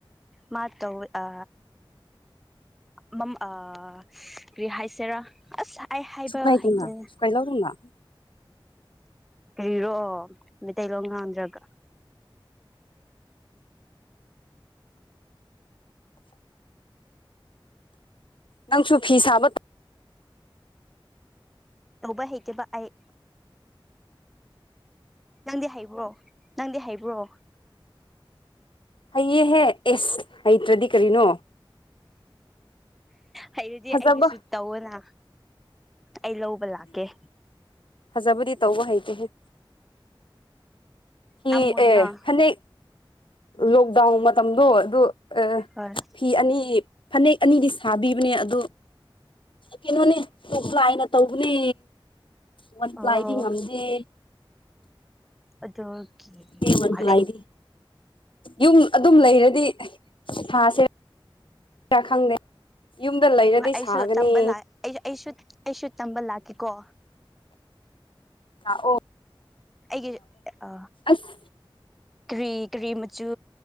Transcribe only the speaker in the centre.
ꯃꯥ ꯇꯧ ꯑ ꯃ ꯑꯔꯤꯍ ꯁꯦꯔ ꯑꯁ ꯑꯩ ꯍꯥꯏꯕ
ꯍꯩꯇꯅꯦ
ꯀꯔꯤꯔꯣꯑꯣ ꯃꯩꯇꯩꯂꯣꯡ ꯉꯥꯡꯗ꯭ꯔꯒ
ꯇꯧꯕ ꯍꯩꯇꯈꯤꯕ ꯑꯩ ꯅꯪꯗꯤ ꯍꯩꯕ꯭ꯔꯣ ꯅꯪꯗꯤ ꯍꯩꯕ꯭ꯔꯣ
ꯍꯥꯏ ꯑꯗꯨꯗꯤ
ꯑꯩꯒꯤꯁꯨ ꯇꯧꯋꯅ ꯑꯩ ꯂꯧꯕ ꯂꯥꯛꯀꯦ
ꯇꯝꯃꯣꯗꯅ
ꯍꯣꯏ
ꯑꯣ
ꯑꯗꯨꯗꯒꯦꯔꯤ
ꯃꯦ
ꯍꯣꯏ ꯑꯩꯁꯨꯝꯕ
ꯑꯩꯁꯨ ꯇꯝꯕ ꯂꯥꯛꯀꯦꯀꯣ
ꯑꯩꯒꯤ ꯑ
ꯀꯔꯤ ꯀꯔꯤ ꯃꯆꯨ